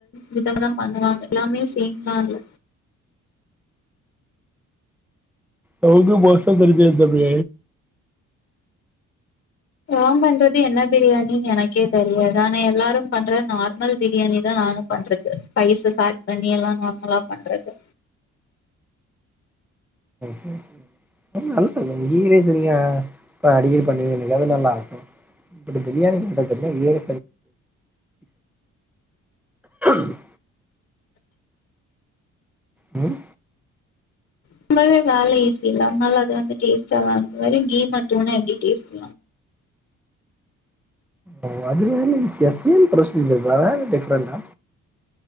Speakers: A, on the left; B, in the centre.
A: விதம்த பண்ணுவாங்க எல்லாமே சேம்லா இல்ல
B: தொறந்து பாத்த தெரி யும் தம்பி
A: அம் பண்றது என்ன பிரியாணின்னு எனக்கு கே தெரியாது ஆனா எல்லாரும் பண்ற நார்மல் பிரியாணி தா நானும் பண்றது ஸ்பைசஸ் ஆட் பண்ணி எல்லாம் நார்மலா பண்றது
B: செரி செரி லீவ் டேஸ் லா அடிக்கடி பண்ணுவ நீங்க அது நல்லா ஆக்கும் பட் பிரியாணி பண்ண தெரியல <unintelligible> உஹம்
A: ரொம்பவே வேலை ஈசி இல்ல அதனால அது வந்து டேஸ்ட்டான் இரு வேரும் கீ மட்டும்னா எப்படி டேஸ்ட்
B: ஓ அதுமே ஷேம் புரோசிடியர் தானே டிஃபிரென்ட் டா